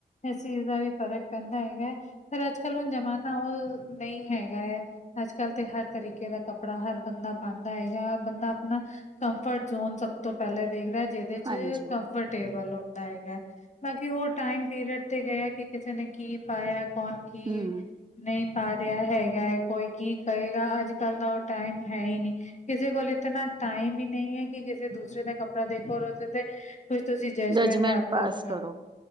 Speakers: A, on the left; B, on the right.
A: ਇਸ ਚੀਜ਼ ਦਾ ਵੀ ਫ਼ਰਕ ਪੈਂਦਾ ਹੈਗਾ, ਹੈ ਪਰ ਅੱਜ ਕੱਲ੍ਹ ਹੁਣ ਜ਼ਮਾਨਾ ਉਹ ਨਹੀਂ ਹੈਗਾ ਹੈ ਅੱਜ ਕੱਲ੍ਹ ਤੇ ਹਰ ਤਰੀਕੇ ਦਾ ਕੱਪੜਾ ਹਰ ਬੰਦਾ ਪਾਉਂਦਾ ਹੈ ਹੈਗਾ ਬੰਦਾ ਆਪਣਾ ਕੰਫਰਟ ਜ਼ੋਨ ਸਭ ਤੋਂ ਪਹਿਲਾਂ ਦੇਖਦਾ ਜਿਸਦੇ ਚ
B: ਹਾਂਜੀ
A: ਕੰਫਰਟਬਲ ਹੁੰਦਾ ਹੈਗਾ ਬਾਕੀ ਉਹ ਟਾਈਮ ਪੀਰੀਅਡ ਤੇ ਗਏ, ਕਿ ਕਿਸੇ ਨੇ ਕੀ ਪਾਇਆ ਕੌਣ ਕੀ
B: ਹਮ
A: ਨਹੀਂ ਪਾ ਰਿਹਾ ਹੈਗਾ ਹੈ ਕੋਈ ਕੀ ਕਰੇਗਾ ਅੱਜ ਕੱਲ ਤਾਂ ਉਹ ਟਾਈਮ ਹੈ ਹੀ ਨਹੀਂੀ ਕਿਸੇ ਕੋਲ ਇਤਨਾ ਟਾਈਮ ਹੀ ਨਹੀਂ ਹੈ ਕਿ ਕਿਸੇ ਦੂਸਰੇ ਦਾ ਕੱਪੜਾ ਦੇਖੋ ਤੇ ਕੁਝ ਤੁਸੀਂ ਜੱਜਮੈਂਟ
B: ਜਜਮੈਂਟ
A: ਰੱਖ
B: ਪਾਸ
A: ਸਕਦੇ
B: ਕਰੋ
A: ਹੋ